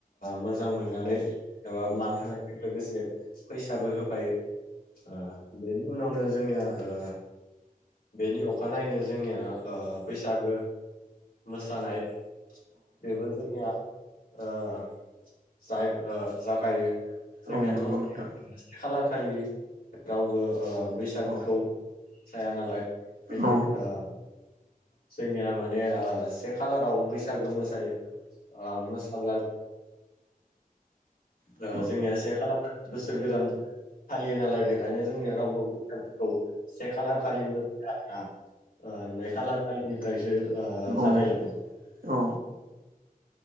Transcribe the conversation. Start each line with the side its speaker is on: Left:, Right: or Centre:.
Left: मोजां मोननानै एबा मान होनायजों लोगोसे फैसाबो होफायो। ओ बेनि उनावनो जोंनिया ओ बेनि अखानायनायैनो जोंनिया ओ बैसागो मोसानाय बेबो जोंनिया अ आ ज ओ जागायो जोंनियाथ'
Right: नंगौ नोंथां
Left: खालार खालि रावबो ओ बैसागोखौ
Right: औ औ
Left: साया नालाय बेनिखनो
Right: औ
Left: ओ जोंनिया माने ओ से खालाराव बैसागो मोसायो ओ मोसाब्ला
Right: औ
Left: ओ जोंनिया से खाला बोसोर गोदान फालियो नालाय बे ओंखायनो जोंनिया रावबो बैसागखौ से खालार खालि मोनदों आरोना। आ नै खालार खालिनिफ्रायसो आ
Right: औ
Left: जागायलाङो।
Right: औ।